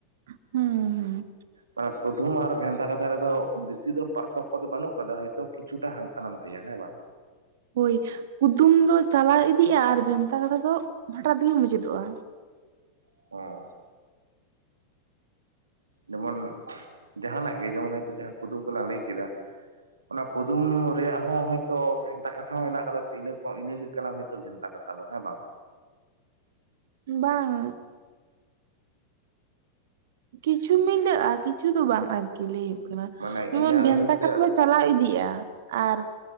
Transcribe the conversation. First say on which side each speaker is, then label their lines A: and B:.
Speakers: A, on the right; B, on the right.
A: <unintelligible>
B: ᱢᱟᱱᱮ ᱠᱩᱫᱩᱢ ᱟᱨ ᱵᱷᱮᱱᱛᱟ ᱠᱟᱛᱷᱟ ᱨᱮᱫᱚ ᱵᱮᱥᱤ ᱫᱚ <unintelligible> <unintelligible> ᱠᱚᱫᱚ ᱵᱟᱹᱱᱩᱜ ᱠᱟᱫᱟ ᱦᱚᱭᱛᱚ ᱠᱤᱪᱷᱩᱴᱟ ᱦᱟᱱᱛᱮ ᱱᱷᱟᱛᱮᱭᱟ ᱦᱮᱸ ᱵᱟᱝ
A: ᱦᱳᱭ ᱠᱩᱫᱩᱢ ᱫᱚ ᱪᱟᱞᱟᱣ ᱤᱫᱤᱜᱼᱟ ᱟᱨ ᱵᱷᱮᱱᱛᱟ ᱠᱟᱛᱷᱟ ᱫᱚ ᱦᱚᱴᱟᱛ ᱜᱮ ᱢᱩᱪᱟᱹᱫᱚᱜᱼᱟ
B: <unintelligible> ᱡᱮᱢᱚᱱ ᱡᱟᱦᱟᱱᱟᱜ ᱜᱮ ᱡᱮᱢᱚᱱ ᱦᱚᱭᱛᱳ ᱡᱟᱦᱟᱸ ᱠᱩᱫᱩᱢ ᱠᱚᱞᱮ ᱞᱟᱹᱭ ᱠᱮᱫᱟ ᱚᱱᱟ ᱠᱩᱫᱩᱢ ᱨᱮᱭᱟᱜ ᱦᱚᱸ ᱦᱚᱭᱛᱚ <unintelligible> ᱵᱷᱮᱱᱛᱟ ᱠᱟᱛᱷᱟ ᱦᱚᱸ ᱦᱮᱱᱟᱜ ᱠᱟᱫᱟ ᱥᱮ ᱤᱱᱟᱹ ᱠᱚ ᱤᱱᱟᱹᱜᱮ ᱠᱟᱱᱟ ᱦᱚᱭᱛᱚ ᱵᱷᱮᱱᱛᱟ ᱠᱟᱛᱷᱟ ᱫᱚ ᱦᱮᱸ ᱵᱟᱝ
A: ᱵᱟᱝ ᱠᱤᱪᱷᱩ ᱢᱤᱞᱟᱹᱜᱼᱟ ᱠᱤᱪᱷᱩ ᱫᱚ ᱵᱟᱝ ᱟᱨ <unintelligible> ᱞᱟᱹᱭ ᱦᱩᱭᱩᱜ ᱠᱟᱱᱟ
B: ᱢᱟᱱᱮ
A: ᱡᱮᱢᱚᱱ
B: ᱤᱧᱟᱹᱜ
A: ᱵᱷᱮᱱᱛᱟ
B: ᱩᱭᱦᱟᱹᱨ ᱛᱮ
A: ᱠᱟᱛᱷᱟ
B: ᱟᱨᱠᱤ
A: ᱫᱚ ᱪᱟᱞᱟᱣ ᱤᱫᱤᱜᱼᱟ ᱟᱨ